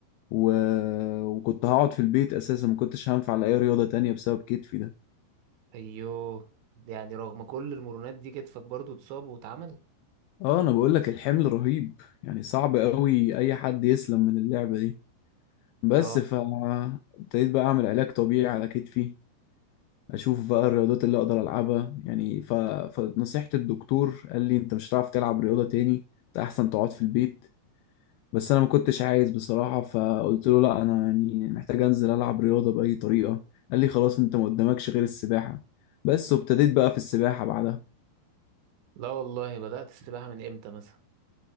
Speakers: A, on the left; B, on the right.
A: و... وكنت هقعد في البيت اساسا ما كنتش هنفع لاي رياضة تانية بسبب كتفي ده
B: أيوه يعني رغم كل المرونات دي كتفك برضو اتصاب واتعمل
A: اه انا بقول لك الحمل رهيب يعني صعب قوي اي حد يسلم من اللعبة دي بس
B: اه
A: ف ابتديت بقى اعمل علاج طبيعي على كتفي اشوف بقى الرياضات اللي اقدر العبها يعني ف... فنصيحة الدكتور قال لي انت مش هتعرف تلعب رياضة تاني انت احسن تقعد في البيت بس انا ما كنتش عايز بصراحه فقلت له لا انا يعني محتاج انزل العب رياضه باي طريقه قال لي خلاص انت ما قدامكش غير السباحه بس وابتديت بقى في السباحه بعدها
B: لا والله بدأت السباحة من امتى مثلا